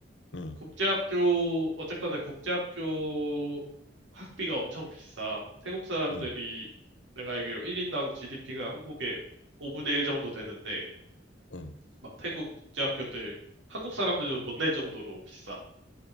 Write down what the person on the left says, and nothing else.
응,
응,
응.